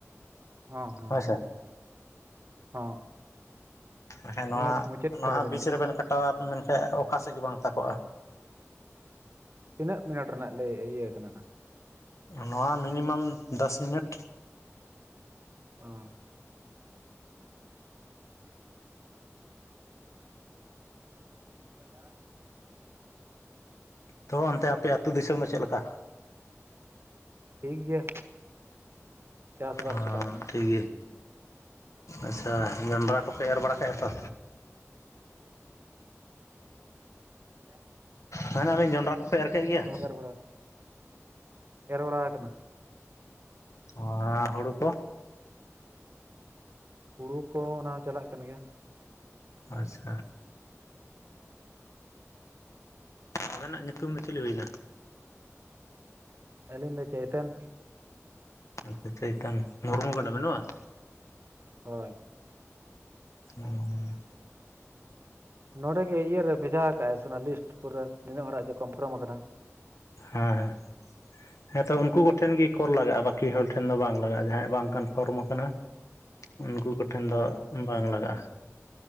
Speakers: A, on the right; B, on the left.
A: ᱦᱚᱸ ᱦᱚᱸ᱾
B: ᱦᱳᱭ ᱥᱮ
A: ᱦᱚᱸ᱾
B: ᱦᱮᱸ ᱦᱮᱸ ᱱᱚᱣᱟ
A: ᱱᱤᱭᱟᱹ ᱢᱩᱪᱟᱹᱫ
B: ᱱᱚᱣᱟ
A: ᱠᱚᱨᱮ
B: ᱦᱚᱸ
A: ᱜᱮ
B: ᱵᱤᱪ
A: ᱱᱟᱦᱟᱜ
B: ᱨᱮᱵᱮᱱ ᱠᱟᱴᱟᱣᱟ ᱢᱮᱱᱠᱷᱟᱡ ᱚᱠᱟᱥᱮᱫ ᱜᱮ ᱵᱟᱝ ᱛᱟᱠᱚᱜᱼᱟ᱾
A: ᱛᱤᱱᱟᱹᱜ ᱢᱤᱱᱟᱴ ᱨᱮᱱᱟᱜ ᱞᱮᱭ ᱤᱭᱟᱹᱣ ᱠᱟᱱᱟ ᱱᱟᱦᱜ᱾
B: ᱱᱚᱣᱟ ᱢᱤᱱᱤᱢᱟᱢ ᱫᱟᱥ ᱢᱤᱱᱤᱴ᱾
A: ᱚᱸ᱾ <unintelligible>
B: ᱛᱚ ᱚᱱᱛᱮ ᱟᱯᱮ ᱟᱹᱛᱩ ᱫᱤᱥᱚᱢ ᱫᱚ ᱪᱮᱫ ᱞᱮᱠᱟ?
A: ᱴᱷᱤᱠ ᱜᱮᱭᱟ᱾ ᱪᱟᱥᱵᱟᱥ
B: ᱚ
A: ᱪᱟᱞᱟᱜ ᱠᱟᱱᱟ
B: ᱴᱷᱤᱠ ᱜᱮᱭᱟ᱾ ᱟᱪᱪᱷᱟ ᱡᱚᱱᱰᱨᱟ ᱠᱚᱯᱮ ᱮᱨ ᱵᱟᱲᱟ ᱠᱮᱜ-ᱟ ᱛᱚ᱾
A: <unintelligible>
B: ᱢᱮᱱᱟᱞᱤᱧ ᱡᱚᱱᱰᱨᱟ ᱠᱚᱯᱮ ᱮᱨ ᱠᱮᱫ ᱜᱮᱭᱟ
A: ᱦᱚᱸ ᱮᱨ ᱵᱟᱲᱟᱣ ᱠᱟᱱᱟ᱾
B: ᱚᱸ ᱦᱩᱲᱩ ᱠᱚ᱾
A: ᱦᱩᱲᱩ ᱠᱚ ᱚᱱᱟ ᱦᱚᱸ ᱪᱟᱞᱟᱜ ᱠᱟᱱ ᱜᱮᱭᱟ᱾
B: ᱟᱪᱪᱷᱟ᱾ ᱟᱵᱮᱱᱟᱜ ᱧᱩᱛᱩᱢ ᱫᱚ ᱪᱤᱞᱤ ᱦᱩᱭᱱᱟ?
A: ᱟᱞᱤᱧ ᱫᱚ ᱪᱚᱭᱛᱚᱱ᱾
B: ᱦᱮᱸ ᱛᱚ ᱪᱳᱭᱛᱚᱱ᱾ ᱢᱩᱨᱢᱩ ᱠᱟᱱᱟ ᱵᱮᱱ ᱵᱟᱝ᱾
A: ᱦᱳᱭ᱾
B: <unintelligible>
A: ᱱᱚᱰᱮᱜ ᱜᱮ ᱤᱭᱟᱹᱨᱮ ᱵᱷᱮᱡᱟᱣ ᱠᱟᱜ-ᱟᱭ ᱥᱮ ᱚᱱᱟ ᱞᱤᱥᱴ ᱯᱩᱨᱟᱹ ᱱᱤᱱᱟᱹᱜ ᱦᱚᱲᱟᱜ ᱜᱮ ᱠᱚᱱᱯᱷᱟᱨᱢ ᱟᱠᱟᱱᱟ᱾
B: ᱦᱮᱸ ᱦᱮᱸ᱾ ᱦᱮᱸᱛᱚ ᱩᱱᱠᱩ ᱠᱚᱴᱷᱮᱱ ᱜᱮ ᱠᱚᱞ ᱞᱟᱜᱟᱜᱼᱟᱺ ᱵᱟᱠᱤ ᱦᱚᱲ ᱴᱷᱮᱱ ᱫᱚ ᱵᱟᱝ ᱞᱟᱜᱟᱜᱼᱟ᱾ ᱡᱟᱦᱟᱸᱭ ᱵᱟᱝ ᱠᱟᱱ ᱯᱷᱚᱨᱚᱢ ᱠᱟᱱᱟ ᱩᱱᱠᱩ ᱠᱚᱴᱷᱮᱱ ᱫᱚ
A: ᱦᱳᱭ
B: ᱵᱟᱝ ᱞᱟᱜᱟᱜᱼᱟ᱾